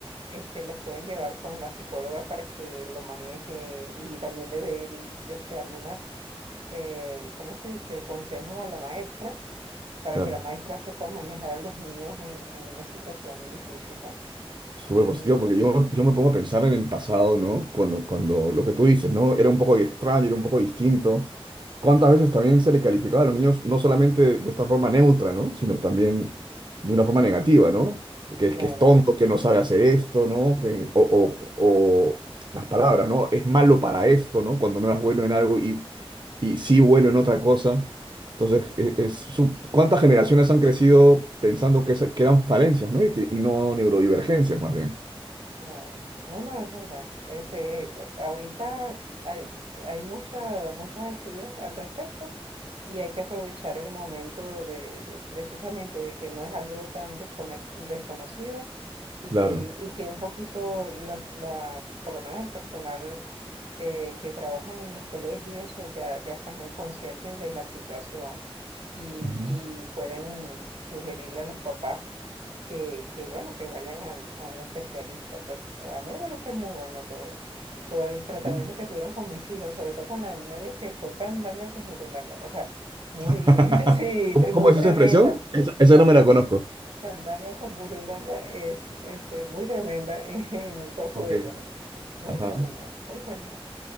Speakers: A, on the right; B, on the right.
A: Este, los pueden llevar con la psicóloga para que lo maneje y también le dé el- este, algunas, eh, ¿cómo se dice?, consejos a la maestra para
B: claro.
A: que la maestra sepa manejar a los niños en, en una situación difícil, ¿no?
B: Súper
A: Y
B: positivo, porque yo, yo me pongo a pensar en el pasado, ¿no? Cuando, cuando lo que tú dices, ¿no? Era un poco extraño, era un poco distinto. ¿Cuántas veces también se le calificaba a los niños, no solamente de esta forma neutra, ¿no? Sino también de una forma negativa, ¿no? Que,
A: claro.
B: es- que es tonto, que no sabe hacer esto, ¿no? Que, o, o- o las palabras, ¿no? Es malo para esto, ¿no? Cuando no eras bueno en algo y, y sí bueno en otra cosa. Entonces, e- es su- ¿cuántas generaciones han crecido pensando que, esa- que eran falencias, ¿no? Y, que, y no neurodivergencias, más bien.
A: Claro, no, no, es verdad. Este, ahorita hay, hay mucha- muchos estudios al respecto y hay que aprovechar el momento de, de- precisamente de que no es algo tan desconex- desconocido y
B: Claro.
A: que, el- y que un poquito, la, la- por lo menos el personal eh, que trabajan en los colegios y eso ya, ya están conscientes de la situación y,
B: Ujú.
A: y pueden sugerirle a los papás que, que bueno, que vayan a a, un especialista. Pues a mí me parece muy bueno todo, todo el tratamiento
B: Sí.
A: que tuvieron con mis hijos, sobre todo con la del medio, que fue candanga con burundanga. O sea, muy,
B: <laughs>
A: <laughs> sí,
B: ¿Cómo,
A: tre-
B: cómo
A: muy
B: es
A: tremenda.
B: esa expresión? Esa, esa
A: Ca-
B: no me la conozco.
A: Candanga con burundanga es este, muy tremenda en, en el caso
B: Ok.
A: de ella, ¿no? Muy
B: Ajá.
A: tremenda, muy tremenda.